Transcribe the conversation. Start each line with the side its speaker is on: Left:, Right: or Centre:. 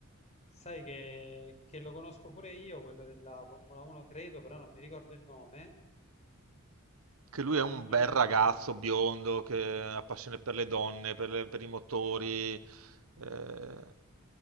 Left: sai che, che lo conosco pure io, quello della Formula 1, credo, però non mi ricordo il nome.
Right: che lui
Left: No,
Right: è un
Left: non me
Right: bel
Left: lo ricordo.
Right: ragazzo biondo che ha passione per le donne, per, le- per i motori, eh,